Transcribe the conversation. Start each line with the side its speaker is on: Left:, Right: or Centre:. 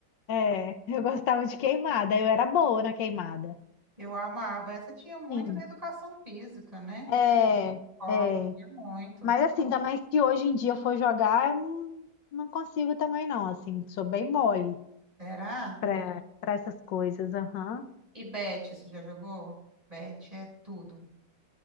Left: é, <laughs> eu gostava de queimada, eu era boa na queimada.
Right: Eu amava. Essa tinha muito
Left: Sim,
Right: na educação física, né?
Left: é,
Right: Gosto
Left: é.
Right: muito.
Left: Mas assim, também se hoje em dia eu for jogar, eu não, não consigo também não, assim, sou bem mole
Right: Será?
Left: para para essas coisas, aham.
Right: E Bet, você já jogou? Bet é tudo.